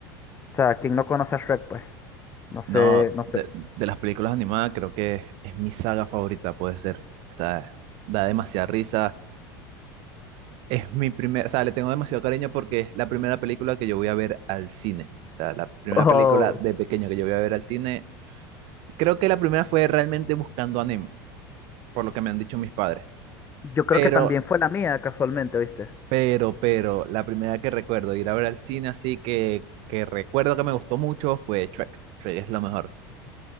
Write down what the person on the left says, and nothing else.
o sea, ¿quién no conoce a Shrek, pues. No sé,
no sé.
Oh,
yo creo
que también fue la mía, casualmente, ¿viste?